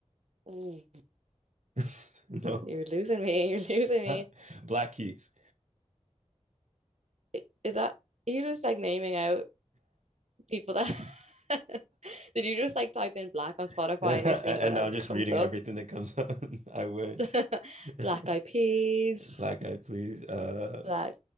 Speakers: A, on the right (about 70°); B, on the right (about 80°).
A: Mm.
B: <laughs> No.
A: You're losing me. You're losing me.
B: <laughs> Black Keys.
A: I- Is that you just like naming out people that <laughs> did you just like type in black on
B: <laughs>
A: Spotify
B: And
A: and you're seeing what else
B: now I'm just
A: comes
B: reading
A: up?
B: everything that comes up. <laughs> I wish.
A: <laughs>
B: <laughs> Black
A: Black Eyed Peas,
B: Eyed Please. Uh
A: <laughs> black